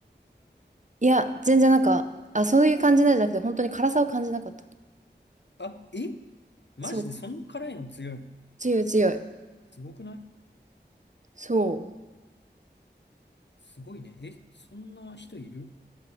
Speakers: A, on the right; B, on the left.
A: いや、全然なんか、あ、そういう感じなんじゃなくて、本当に辛さを感じなかった。
B: あ、えマジでそんな辛いの強いの
A: そう、強い強い。
B: すごくない
A: そう。
B: すごいね。え、そんな人いる